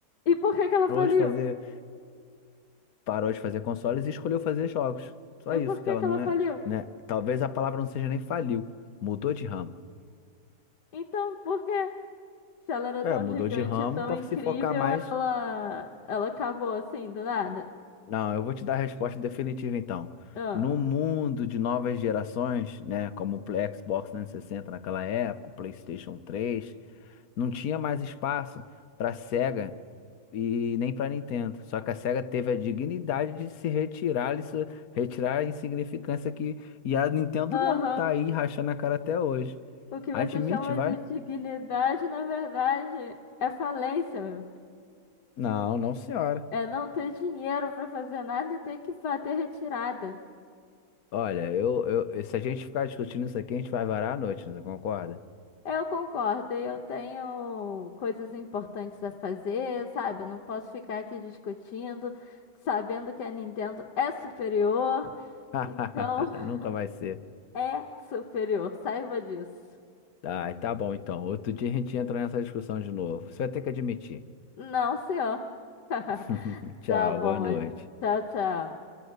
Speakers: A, on the left (about 80°); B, on the left (about 60°).
A: E por que que ela
B: parou
A: faliu?
B: de fazer parou de fazer consoles e escolheu fazer jogos. Só
A: E
B: isso,
A: por que
B: que ela
A: que
B: não
A: ela
B: é,
A: faliu?
B: né? Talvez a palavra não seja nem faliu, mudou de ramo.
A: Então, por quê? Se ela era
B: É,
A: tão
B: mudou
A: gigante,
B: de ramo
A: tão
B: para
A: incrível,
B: se focar mais
A: ela, ela acabou assim, do nada.
B: Não, eu vou te dar a resposta definitiva então.
A: Ah.
B: No mundo de novas gerações, né, como o Play- Xbox 360 naquela época, o PlayStation 3, não tinha mais espaço para Sega e nem para Nintendo. Só que a Sega teve a dignidade de se retirar, isso, retirar a insignificância que e a Nintendo
A: Aham,
B: não, tá aí rachando a cara até hoje.
A: O que você
B: Admite,
A: chama
B: vai?
A: de dignidade, na verdade, é falência, meu filho.
B: Não, não, senhora.
A: É não ter dinheiro para fazer nada e ter que fazer retirada.
B: Olha, eu, eu, se a gente ficar discutindo isso aqui, a gente vai varar a noite, você concorda?
A: Eu concordo, e eu tenho coisas importantes a fazer, sabe? Eu não posso ficar aqui discutindo, sabendo que a Nintendo é superior.
B: <laughs>
A: Então,
B: Nunca vai ser.
A: <laughs> é superior, saiba disso.
B: Ai, tá bom então. Outro dia a gente entra nessa discussão de novo. Você vai ter que admitir.
A: Não, senhor. <laughs>
B: <laughs> Tchau,
A: Tá bom,
B: boa noite.
A: mas tchau, tchau.